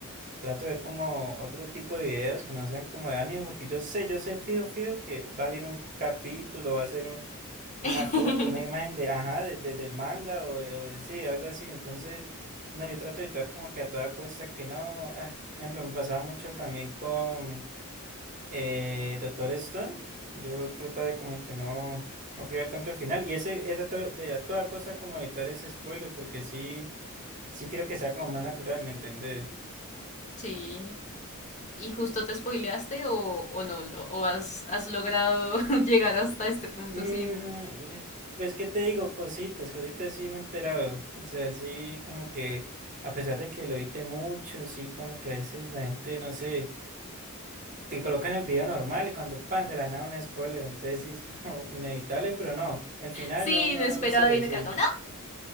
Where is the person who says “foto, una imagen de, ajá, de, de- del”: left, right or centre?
Right